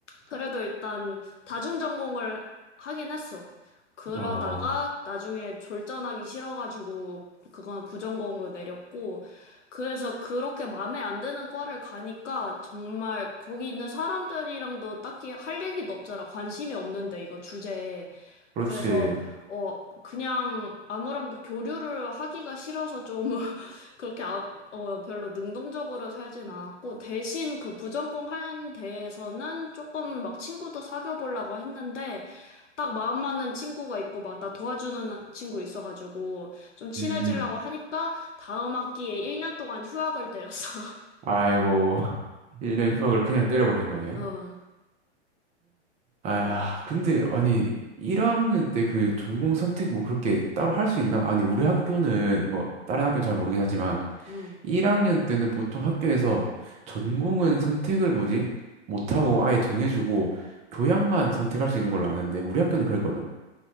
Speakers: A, on the left (about 80°); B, on the right (about 20°).
A: 그래도 일단 다중 전공을 하긴 했어. 그러다가
B: 어,
A: 나중에 졸전하기 싫어가지고 그거는 부전공으로 내렸고 그래서 그렇게 마음에 안 드는 과를 가니까 정말 거기 있는 사람들이랑도 딱히 할 얘기도 없잖아. 관심이 없는데 이거 주제에.
B: 그렇지.
A: 그래서 어 그냥 아무랑도 교류를 하기가 싫어서 좀 <laughs> 그렇게 아, 어 별로 능동적으로 살진 않았고 대신 그 부전공 한 데에서는 조금 막 친구도 사귀어 보려고 했는데 딱 마음 맞는 친구가 있고 막 나 도와주는 친구 있어가지고 좀 친해지려고
B: 음,
A: 하니까 다음 학기에 1년 동안 휴학을 때렸어.
B: 아이고, <laughs> 1년 휴학을 그냥 때려버린 거네.
A: <laughs> 어.
B: 아야, 근데, 아니, 1학년 때 그 전공 선택 뭐 그렇게 따로 할 수 있나? 아니, 우리 학교는 뭐, 다른 학교는 잘 모르긴 하지만,
A: 음.
B: 1학년 때는 보통 학교에서 전공은 선택을 뭐지? 못하고 아예 정해주고, 교양만 선택할 수 있는 걸로 아는데, 우리 학교는 그랬거든.